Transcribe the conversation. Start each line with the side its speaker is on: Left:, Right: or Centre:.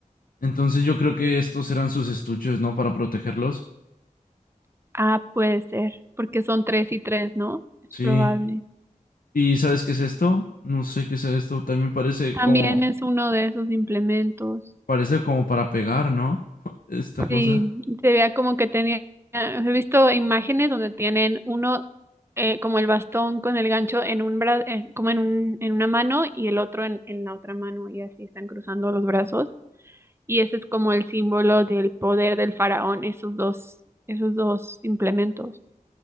Left: Entonces yo creo que estos eran sus estuches, ¿no? Para protegerlos.
Right: Ah, puede ser, porque son tres y tres, ¿no? Es
Left: Sí.
Right: probable.
Left: ¿Y sabes qué es esto? No sé qué es esto. También parece
Right: También
Left: como.
Right: es uno de esos implementos.
Left: Parece como para pegar, ¿no? <laughs> Esta cosa.
Right: Sí, se veía como que tenía, he visto imágenes donde tienen uno eh, como el bastón con el gancho en un bra, eh, como en un, en una mano y el otro en, en la otra mano y así están cruzando los brazos. Y ese es como el símbolo del poder del faraón, esos dos, esos dos implementos.